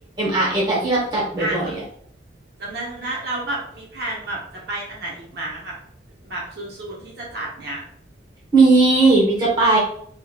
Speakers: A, on the right; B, on the right.
A: าร์ r s แต่ที่แบบจัดบ่อยๆอ่ะ
B: อาจจะ จำได้จำได้เราแบบมีแพลนแบบจะไปอันไหนอีกหมาแบบแบบซูนซูนที่จะจัดเนี้ย
A: มีมีจะไป